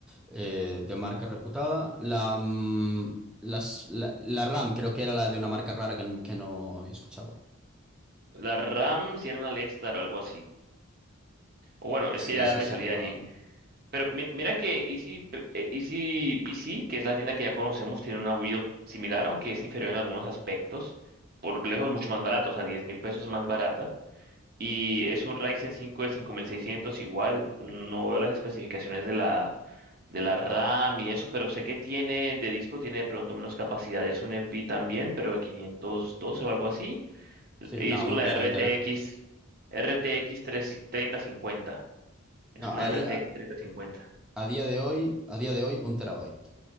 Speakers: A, in the centre; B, on the right.
A: eh, de marca reputada. La, mm, las, la, la RAM creo que era la de una marca rara que, n- que no había escuchado.
B: La RAM si era una Lextar o algo así. O bueno, es
A: Sí,
B: que ya
A: esa
B: me
A: sí
B: salí
A: que
B: de
A: no.
B: allí. Pero mi- mira que Easy, P- eh, Easy PC, que es la tienda que ya conocemos, tiene una build similar, aunque es inferior en algunos aspectos. Por lejos mucho más barata, o sea, diez mil pesos más barata. Y es un Ryzen 5 de 5600 igual. No veo las especificaciones de la, de la RAM y eso, pero sé que tiene de disco, tiene de pronto menos capacidad. Es un NV también, pero de 512 o algo así.
A: Sí,
B: Y
A: no,
B: es con
A: un
B: la
A: tera,
B: RTX,
A: un tera.
B: RTX 3 3050. Es
A: No,
B: una
A: a
B: RTX
A: día,
B: 3050.
A: a día de hoy, a día de hoy, un terabyte,